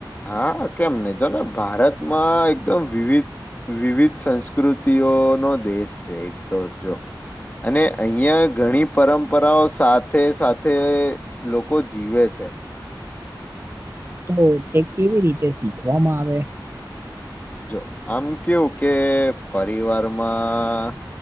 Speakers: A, on the left; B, on the right.
A: હા, કેમ નહી જોને ભારતમાં એકદમ વિવિધ. વિવિધ સંસ્કૃતિઓ નો દેશ છે, એક તો જો. અને અહિયાં ઘણી પરંપરાઓ સાથે સાથે લોકો જીવે છે. <inaudible>
B: હા, તો તે કેવી રીતે શીખવામાં આવે.
A: જો આમ કેવું કે પરિવારમાં.